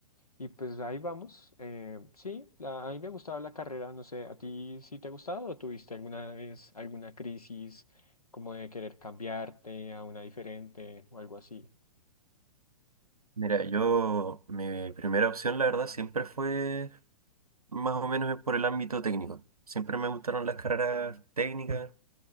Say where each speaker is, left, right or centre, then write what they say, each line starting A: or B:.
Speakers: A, on the left; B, on the right.
A: y pues ahí vamos, eh, sí, la- a mí me ha gustado la carrera, no sé, ¿a ti sí te ha gustado o tuviste alguna vez alguna crisis como de querer cambiarte a una diferente o algo así?
B: Mira, yo, mi primera opción, la verdad, siempre fue Más o menos es por el ámbito técnico. Siempre me gustaron las carreras técnicas,